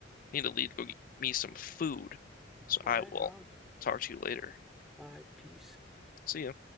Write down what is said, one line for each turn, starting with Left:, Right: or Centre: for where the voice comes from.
Left: need to leave to go get me some food, so
Centre: All
Left: I
Centre: right.
Left: will
Centre: um,
Left: talk to you later.
Centre: All right. Peace.
Left: See ya.